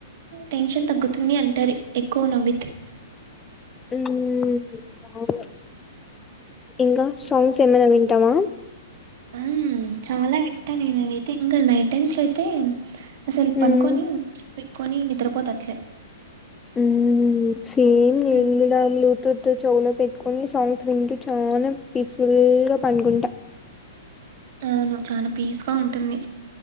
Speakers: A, on the right (about 50°); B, on the left (about 15°).
A: టెన్షన్ తగ్గుతుంది అంటారు. ఎక్కువ నవ్వితే
B: ఉ అవు ఇంకా సాంగ్స్ ఏమనా వింటావా
A: ఆ చాలా వింటా నేను అవయితే ఇంకా నైట్ టైమ్స్ లో అయితే అసలు
B: ఉమ్
A: పనుకొని పెట్టుకొని నిద్రపోతట్లే
B: ఉమ్ సేమ్ నేను
A: ఉమ్,
B: విడాములు తూత్ చవులో పెట్టుకొని సాంగ్స్ వింటూ చా పీస్ఫుల్ గా పండుకుంటా
A: అవును చాలా పీస్ గా ఉంటుంది.